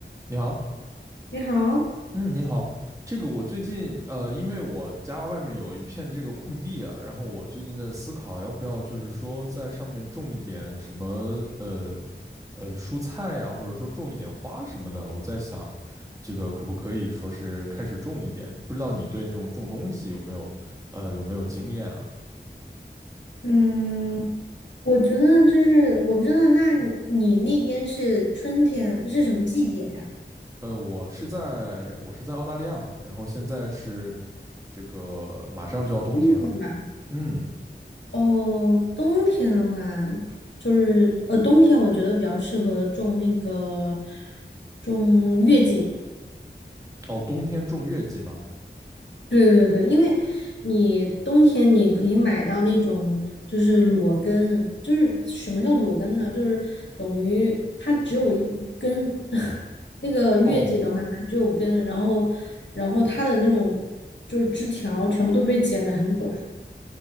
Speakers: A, on the right; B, on the left.
A: 你好，
B: 你好，
A: 嗯，你好，这个我最近呃，因为我家外面有一片这个空地啊，然后我最近在思考要不要就是说在上面种一点什么呃呃蔬菜呀、或者说种一点花什么的。我在想，这个可不可以说是开始种一点？不知道你对这种种东西有没有呃有没有经验啊？
B: 嗯，我觉得就是我不知道，那你你那边是春天是什么季节呀？
A: 呃，我是在我是在澳大利亚嘛，然后现在是这个马上就要冬天了，
B: 冬天吧？
A: 嗯，
B: 哦，冬天的话，就是呃，冬天我觉得比较适合种那个种月季。
A: 哦，冬天种月季吗？
B: 对对对，因为你冬天你可以买到那种就是裸根，就是什么叫裸根呢？就是等于它只有一根，<laughs> 那个月季的话它只有根，
A: 哦。
B: 然后然后它的那种就是枝条全部都被剪得很短。